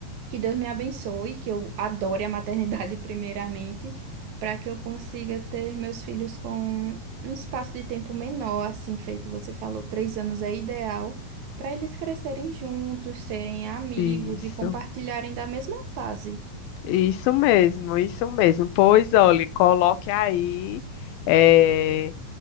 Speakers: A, on the right; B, on the left.
A: que Deus me abençoe, que eu adore a maternidade <laughs> primeiramente, para que eu consiga ter meus filhos com um espaço de tempo menor, assim feito você falou, três anos é ideal, para eles crescerem juntos, serem amigos
B: Isso.
A: e compartilharem da mesma fase.
B: Isso mesmo, isso mesmo. Pois olhe, coloque aí eh,